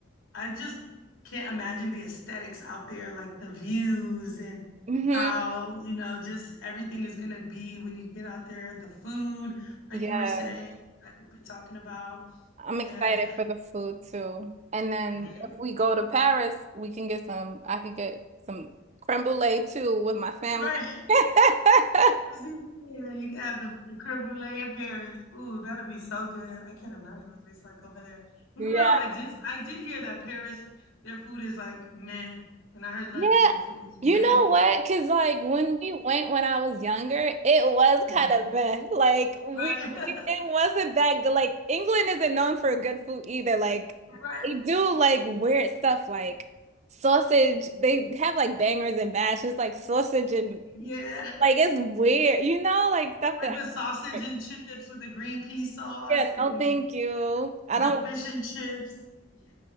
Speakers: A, on the left; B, on the right.
A: I just can't imagine the aesthetics out there, like the views and
B: hmm
A: how, you know, just everything is gonna be when you get out there, the food, like
B: Yeah.
A: you were saying, like we've been talking about.
B: I'm
A: And
B: excited for the food too. And then
A: hmm
B: if we go to Paris, we can get some, I can get some creme brulee too with my family.
A: right, <laughs>
B: <laughs>
A: as you said, you can have the creme brulee in Paris. Ooh, that'll be so good. I can't imagine what it's like over there. Even
B: Yeah.
A: though I did, I did hear that Paris, their food is like meh, and I heard London,
B: Yeah.
A: their food was meh.
B: You know what? Because, like, when we went when I was younger, it was
A: Mhm.
B: kind of meh. Like, we,
A: Right, <laughs>
B: it wasn't that good. Like, England isn't known for good food either. Like,
A: right.
B: they do like weird stuff, like sausage. They have like bangers and mash. It's like sausage and
A: Yeah,
B: Like it's weird, you know, like stuff
A: with
B: that
A: the sausage
B: I,
A: and chips with the green pea sauce
B: yeah,
A: and
B: no, thank you. I
A: the
B: don't.
A: fish and chips. Yeah.